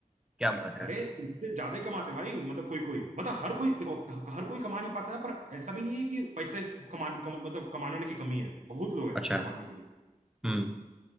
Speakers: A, in the centre; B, on the right (about 60°).
A: क्या बात है
B: अरे उससे ज्यादा ही कमाते हैं भाई मतलब कोई कोई मतलब हर कोई देखो क- हर कोई कमा नहीं पाता है पर ऐसा भी नहीं है कि पैसे कमाने कम, मतलब कमाने वाले की कमी है बहुत लोग हैं इसमें
A: अच्छा
B: कमाने के लिए
A: हम्म